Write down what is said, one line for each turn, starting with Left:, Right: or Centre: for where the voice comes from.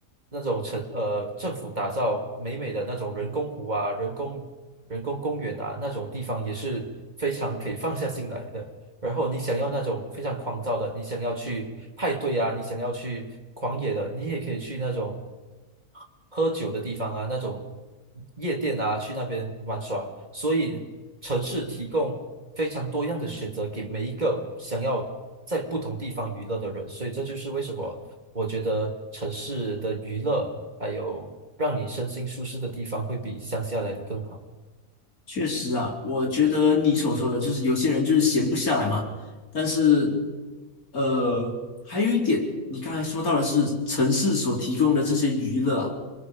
Right: 那种城呃政府打造美美的那种人工湖啊、人工人工公园啊那种地方，也是非常可以放下心来的。然后你想要那种非常狂躁的，你想要去派对啊，你想要去狂野的，你也可以去那种喝酒的地方啊，那种夜店啊，去那边玩耍。所以城市提供非常多样的选择给每一个想要在不同地方娱乐的人。所以这就是为什么我觉得城市的娱乐还有让你身心舒适的地方会比乡下来的更好。
Left: 确实啊，我觉得你所说的就是有些人就是闲不下来嘛。但是，呃，还有一点，你刚才说到的是城市所提供的这些娱乐啊